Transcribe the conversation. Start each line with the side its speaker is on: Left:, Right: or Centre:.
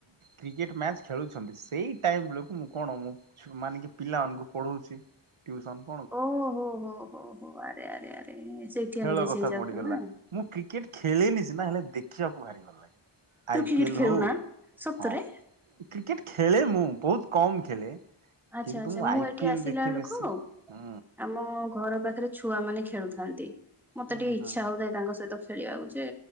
Right: କ୍ରିକେଟ ମ୍ୟାଚ୍ ଖେଳୁଛନ୍ତି ସେଇ ଟାଇମ୍ ଲୋକଙ୍କୁ କଣ ମୁଁ ମାନେ କି ପିଲାମାନଙ୍କୁ ପଢଉଛି ଟ୍ୟୁସନ।
Centre: ଓହୋ ହୋ ହୋ ହୋ ଆରେ ଆରେ ଆରେ ସେଇଠି
Right: ଖେଳ
Centre: ଏନଗେଜ
Right: କଥା
Centre: ହେଇଯାଉଛୁ
Right: ପଡିଗଲା
Centre: ନା
Right: ମୁଁ କ୍ରିକେଟ ଖେଳିନି ସିନା ହେଲେ ଦେଖିବାକୁ ଭାରି ଭଲ ଲାଗେ।
Centre: ତୁ
Right: ଆଇ
Centre: କ୍ରିକେଟ
Right: ପି ଏଲ
Centre: ଖେଳୁନା
Right: ହଉ
Centre: ସତରେ
Right: ହଁ କ୍ରିକେଟ ଖେଳେ ମୁଁ ବହୁତ କମ ଖେଳେ।
Centre: ଆଚ୍ଛା
Right: କିନ୍ତୁ
Centre: ଆଚ୍ଛା ମୁଁ
Right: ଆଇ
Centre: ଏଠି
Right: ପି ଏଲ
Centre: ଆସିଲା
Right: ଦେଖେ
Centre: ବେଳକୁ
Right: ବେଶୀ।
Centre: ଆ
Right: ହୁଁ
Centre: ଆମ ଘର ପାଖରେ ଛୁଆ ମାନେ ଖେଳୁଥାନ୍ତି ମତେ
Right: ହଁ
Centre: ଟିକେ ଇଚ୍ଛା
Right: ହଁ
Centre: ହଉଥାଏ ତାଙ୍କ ସହିତ ଖେଳିବାକୁ ଯେ